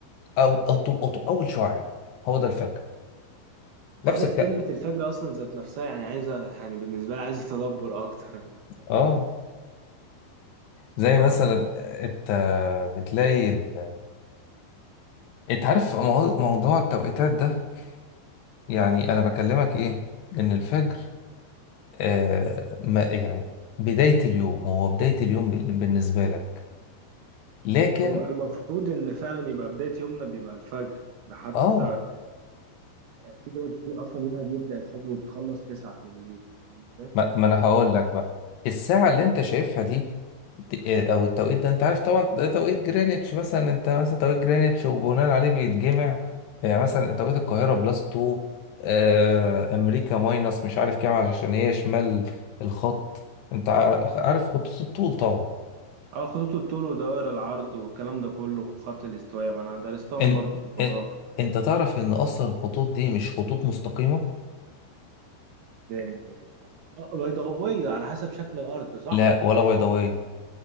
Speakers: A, on the left; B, on the right.
A: او او طول أو طول- اول شعاع هو ده الفجر نفس
B: عارف
A: الكلام
B: كلمة الفجر أصلا ذات نفسها يعني عايزة يعني بالنسبة لي عايزة تدبر أكتر
A: اه
B: <laughs> سبحان
A: زي مثلا
B: الله
A: آه، انت بتلاقي ال... انت عارف مو- موضوع التوقيتات ده يعني انا بكلمك ايه ان الفجر آه ما يعني بداية اليوم هو بداية اليوم بال- بالنسبة لك لكن
B: هو المفروض إن فعلا يبقى بداية يومنا بيبقى الفجر ده حتى
A: اه
B: في دول كتير أصلا يومها بيبدأ الفجر وبتخلص تسعة بالليل فاهم إزاي؟
A: ما, ما انا هقول لك بقى الساعة اللي انت شايفها دي د- آه، او التوقيت ده انت عارف طبعا ده توقيت جرeenwich مثلا انت مثلا توقيت جرeenwich وبناء عليه بيتجمع آه، يعني مثلا توقيت القاهرة بلس 2 آه امريكا ماينس مش عارف كام علشان هي شمال الخط انت ع- عارف خطوط الطول طبعا
B: اه خطوط الطول ودوائر العرض والكلام ده كله وخط الاستواء ما انا درستهم
A: ان
B: برضه في الجغرافيا
A: ان انت تعرف ان اصلا الخطوط دي مش خطوط مستقيمة
B: ده يعني آه، بيضاوية على حسب شكل الارض صح
A: لا ولا بيضاوية